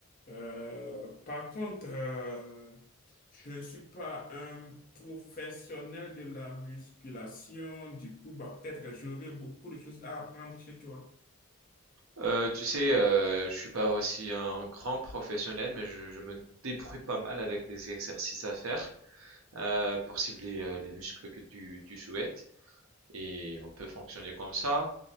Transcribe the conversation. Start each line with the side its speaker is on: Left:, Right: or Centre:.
Left: Euh, par contre, euh, je ne suis pas un professionnel de la musculation. Du coup, bah, peut-être que j'aurai beaucoup de choses à apprendre chez toi.
Right: Euh, tu sais, euh, je suis pas aussi un grand professionnel, mais je, je me débrouille pas mal avec des exercices à faire euh, pour cibler euh, les muscles que tu, tu souhaites. Et on peut fonctionner comme ça.